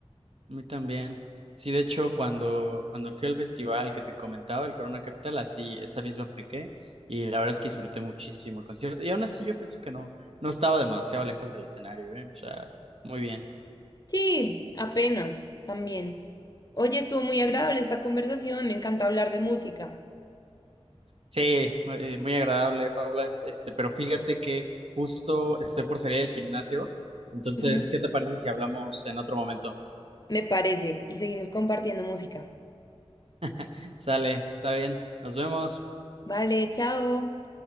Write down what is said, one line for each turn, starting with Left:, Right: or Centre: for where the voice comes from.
Right: A mí también. Sí, de hecho, cuando, cuando fui al festival que te comentaba, el Corona Capital, así esa misma apliqué y la verdad es que disfruté muchísimo el concierto. Y aún así yo pienso que no, no estaba demasiado lejos del escenario, ¿eh? O sea, muy bien.
Left: Sí, apenas también. Oye, estuvo muy agradable esta conversación, me encanta hablar de música.
Right: Sí, muy, eh, muy agradable, Paula. Este, pero fíjate que justo estoy por salir del gimnasio. Entonces,
Left: Ujú.
Right: ¿qué te parece si hablamos en otro momento?
Left: Me parece, y seguimos compartiendo música.
Right: <laughs> Sale, está bien. Nos vemos.
Left: Vale, chao.